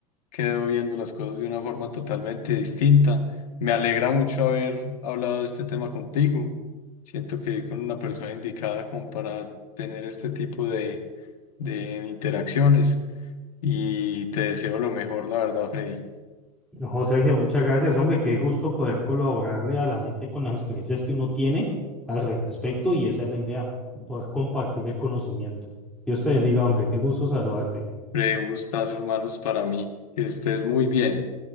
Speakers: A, on the left; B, in the centre.
A: quedo viendo las cosas de una forma totalmente distinta. Me alegra mucho haber hablado de este tema contigo. Siento que con una persona indicada como para tener este tipo de, de interacciones y te deseo lo mejor, la verdad, Freddy.
B: Ojo, Sergio, muchas gracias, hombre. Qué gusto poder colaborarle a la gente con las experiencias que uno tiene al respecto y esa es la idea, poder compartir el conocimiento. Dios te bendiga, hombre. Qué gusto saludarte.
A: Freddy, un gustazo, hermanos, para mí. Que estés muy bien.